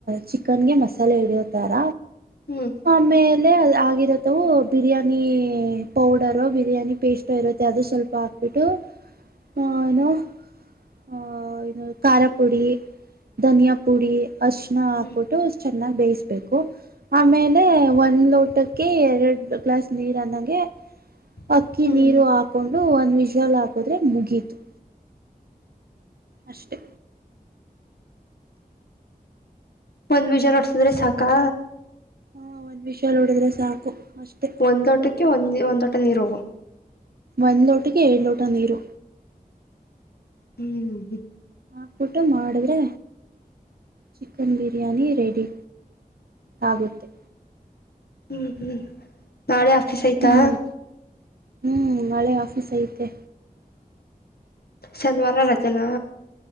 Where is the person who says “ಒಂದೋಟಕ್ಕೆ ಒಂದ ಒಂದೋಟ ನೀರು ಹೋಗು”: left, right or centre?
Left